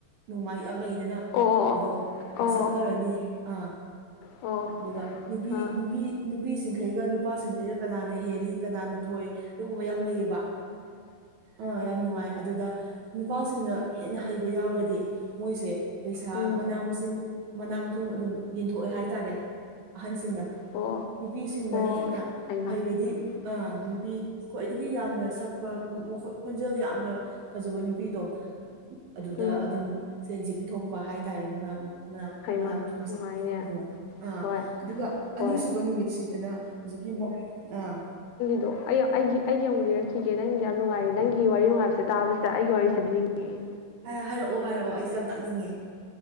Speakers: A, on the right; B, on the left.
A: ꯅꯣꯡꯃꯥꯏ ꯌꯥꯝ ꯂꯩꯗꯅ
B: ꯑꯣ ꯑꯣ ꯑꯣ
A: ꯑꯗꯣ
B: ꯑꯣ
A: ꯁꯛꯅꯔꯅꯤ ꯑꯥ
B: ꯑꯣ
A: ꯑꯗꯨꯒ ꯅꯨꯄꯤ
B: ꯑꯥ
A: ꯅꯨꯄꯤ ꯅꯨꯄꯤꯁꯤꯡꯈꯩꯒ ꯅꯨꯄꯥꯁꯤꯡꯈꯩꯒ ꯀꯅꯥꯅ ꯍꯦꯜꯂꯤ ꯀꯅꯥꯅ ꯊ ꯊꯣꯛ ꯑꯗꯨꯒꯨꯝꯕ ꯌꯥꯝ ꯂꯩꯌꯦꯕ ꯑꯥ ꯌꯥꯝ ꯅꯨꯡꯉꯥꯏ ꯑꯗꯨꯗ ꯅꯨꯄꯥꯁꯤꯡꯅ ꯍꯦꯟꯅ ꯍꯩꯕ ꯌꯥꯎꯔꯗꯤ ꯃꯣꯏꯁꯦ ꯄꯩꯁꯥ
B: ꯎꯝ
A: ꯃꯅꯥ ꯃꯁꯤꯡ ꯃꯅꯥ ꯃꯊꯝ ꯑꯗꯨꯝ ꯌꯦꯟꯊꯣꯛꯑꯦ ꯍꯥꯏꯇꯥꯔꯦ ꯑꯍꯟꯁꯤꯡꯅ
B: ꯑꯣ
A: ꯅꯨꯄꯤꯁꯤꯡꯅ
B: ꯑꯣ
A: ꯍꯦꯟꯅ
B: ꯑꯣ ꯍꯩꯃꯥ
A: ꯍꯩꯔꯗꯤ ꯑꯥ
B: ꯎꯝ
A: ꯅꯨꯄꯤ ꯈ꯭ꯋꯥꯏꯗꯒꯤ ꯌꯥꯝꯅ ꯁꯛꯄ ꯈꯣꯟꯖꯦꯜ ꯌꯥꯝꯅ ꯐꯖꯕ ꯅꯨꯄꯤꯗꯣ ꯑꯗꯨꯗ
B: ꯎꯝ
A: ꯑꯗꯨꯝ ꯁꯦꯟꯁꯦ ꯄꯤꯊꯣꯛꯄ ꯍꯥꯏꯇꯥꯔꯦ ꯃꯅꯥ ꯃ
B: ꯍꯩꯃꯥ
A: ꯃꯅꯥ ꯃꯊꯨꯝꯁꯦ
B: ꯅꯨꯡꯉꯥꯏꯅꯦ
A: ꯑꯥ ꯑꯥ
B: ꯍꯣꯏ
A: ꯑꯗꯨꯒ
B: ꯍꯣꯏ
A: ꯑꯅꯤꯁꯨꯕ ꯅꯨꯃꯤꯠ ꯁꯤ ꯁꯤꯗꯅ ꯍꯧꯖꯤꯛꯀꯤ ꯑꯥ
B: ꯑꯗꯣ ꯑꯩ ꯑꯩꯒꯤ ꯑꯩꯒꯤ ꯑꯃꯨꯛ ꯂꯤꯔꯛꯈꯤꯒꯦ ꯅꯪꯗ ꯌꯥꯝ ꯅꯨꯡꯉꯥꯏꯔ ꯅꯪꯒꯤ ꯋꯥꯔꯤ ꯅꯨꯡꯉꯥꯏꯕꯁꯦ ꯇꯥꯕꯁꯤꯗ ꯑꯩꯒꯤ ꯋꯥꯔꯤꯁꯦ ꯂꯤꯅꯤꯡꯉꯛꯑꯦ
A: ꯍꯥꯏꯔꯛꯑꯣ ꯍꯥꯏꯔꯛꯑꯣ ꯑꯩꯁꯨ ꯌꯥꯝ ꯇꯥꯛꯅꯤꯡꯉꯦ